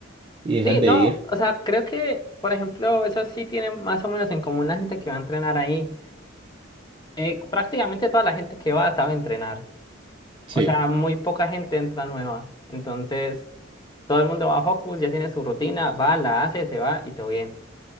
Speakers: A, on the right (about 25°); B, on the left (about 20°).
A: y dejan
B: Sí,
A: de
B: no,
A: ir.
B: o sea, creo que, por ejemplo, eso sí tiene más o menos en común la gente que va a entrenar ahí. Eh, prácticamente toda la gente que va sabe entrenar,
A: Sí.
B: o sea, muy poca gente entra nueva, entonces todo el mundo va a Focus, ya tiene su rutina, va, la hace, se va y todo bien.